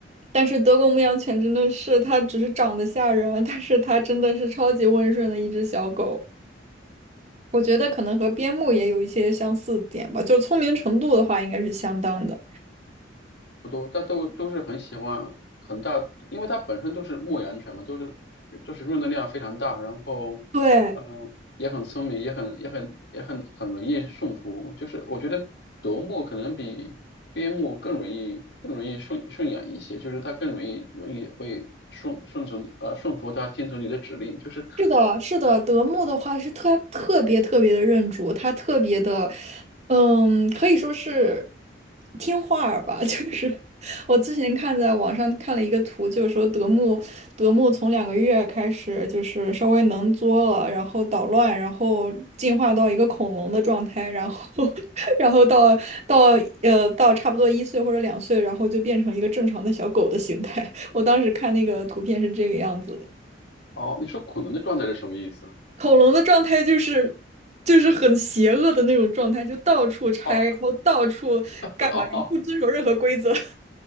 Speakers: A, on the right (about 35°); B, on the left (about 60°).
A: 但是德国牧羊犬真的是，它只是长得吓人啊，但是它真的是超级温顺的一只小狗。我觉得可能和边牧也有一些相似点吧，就聪明程度的话，应该是相当的。
B: 不多，但都都是很喜欢很大，因为它本身都是牧羊犬嘛，都是都是运动量非常大，然后
A: 对，
B: 嗯，也很聪明，也很也很也很很容易驯服。就是我觉得德牧可能比边牧更容易更容易顺顺养一些，就是它更容易容易会顺顺从呃顺服它，听从你的指令。就是
A: 是的，是的，德牧的话是特特别特别的认主，它特别的，嗯，可以说是听话儿吧。<laughs> 就是我之前看在网上看了一个图，就是说德牧德牧从两个月开始就是稍微能作了，然后捣乱，然后进化到一个恐龙的状态，然后 <laughs> 然后到到呃到差不多一岁或者两岁，然后就变成一个正常的小狗的形态。<laughs> 我当时看那个图片是这个样子的。
B: 哦，你说恐龙的状态是什么意思？
A: 恐龙的状态就是就是很邪恶的那种状态，就到处拆，
B: 哦
A: 然后到处干嘛，
B: <laughs> 哦
A: 不遵守任何规则。